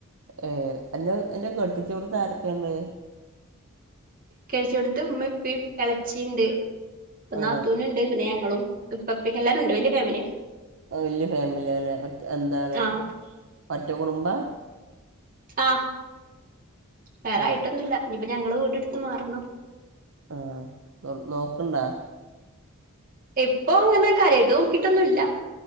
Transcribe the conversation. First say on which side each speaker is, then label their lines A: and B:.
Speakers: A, on the right (about 60°); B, on the right (about 40°).
A: ഏ അൻ്റെ അൻ്റെ കെട്ടിച്ചോട്ത്ത് ആരൊക്കെണ്ട്
B: കെട്ടിച്ചോടത്ത് ഉമേം ഉപ്പേ ഇളച്ചിണ്ട് പ്പോ
A: ആ
B: നാത്തൂനുണ്ട് പിന്നെ ഞങ്ങളും ഉപ്പാപ്പിം എല്ലാരും ഇണ്ട് വല്ല്യ ഫാമിലിയാ
A: വല്യ ഫാമിലാല്ലെ ഒറ്റ എന്താണ്
B: ആഹ്
A: ഒറ്റ കുടുംബാ
B: ആ വേറായിട്ടൊന്നുല്ല
A: ആ
B: ന്പ് ഞങ്ങള് വീടെടുത്ത് മാറണം
A: ആ നൊ നോക്കുണ്ടാ
B: ഇപ്പോങ്ങനെ കരൃയിട്ട് നോക്കിട്ടൊന്നുല്ല